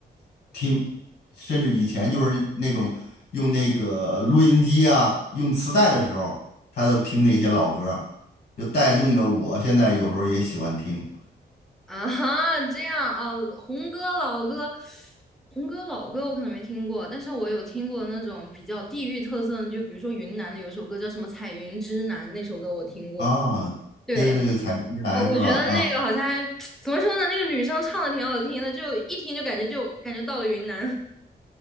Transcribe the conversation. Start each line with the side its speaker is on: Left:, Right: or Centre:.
Left: 听，甚至以前就是那种用那个录音机啊，用磁带的时候，他都听那些老歌儿就带动着我现在有时候也喜欢听
Centre: 啊哈，这样啊，红歌老歌，红歌老歌我可能没听过，但是我有听过那种比较地域特色的，就比如说云南的有一首歌叫什么《彩云之南》，那首歌我听过。
Left: 啊。
Centre: 对，
Left: 对对对，彩云之南是吧？
Centre: 我我觉得那个好像还
Left: 啊，
Centre: <tsk> 怎么说呢，那个女生唱的挺好听的，就一听就感觉就感觉到了云南。